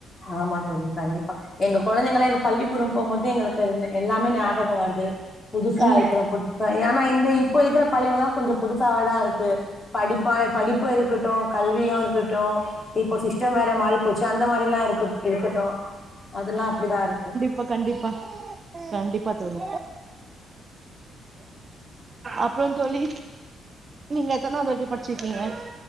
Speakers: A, on the left; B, on the right.
A: ஆமா தோழி கண்டிப்பா எங்க கொழந்தைங்கல்லா இப்ப பள்ளிக்கூடம் போம் போது எங்களுக் சொல்லுங்க எல்லாமே ஞாபகம் வருது புதுசா
B: ம்
A: இருக்கிற புட் சரி ஏன்னா இந்த இப்போ இருக்கிற பள்ளிங்கல்லா கொஞ்சோ புதுசாவேதா இருக்கு படிப்பா படிப்பு இருக்கட்டும் கல்வியு இருக்கட்டும் இப்ப சிஸ்டம் வேற மாறி போச்சு அந்த மாறில்லா இருக்கு இருக்கட்டும் அதெல்லா அப்டிதா இருக்கு
B: இப்ப கண்டிப்பா கண்டிப்பா தோழி அப்புறோ தோழி நீங்க எத்தனாது வரைக்கு படிச்சிருக்கீங்க